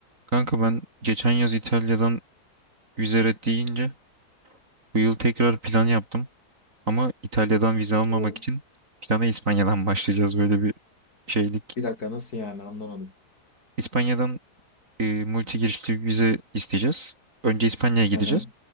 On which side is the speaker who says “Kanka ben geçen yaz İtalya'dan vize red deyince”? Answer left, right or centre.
Right